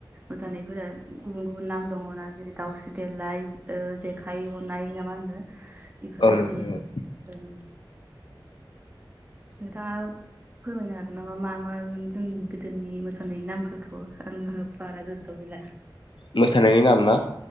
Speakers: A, on the right; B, on the left.
A: मोसानायफोरा गुबुन-गुबुन नाम दङना जेरै दाउस्रि देलााय ओ जेखाइ हनाय ना मा होन्दो बेफोरबायदि
B: औ नोंथां
A: जों नोंथाङा फोरमायनो हागोन नामा? मा मामोन जोंनि गोदोनि मोसानायनि नामफोरखौ आङो बारा गोसोआव गैला
B: मोसानायनि नाम ना?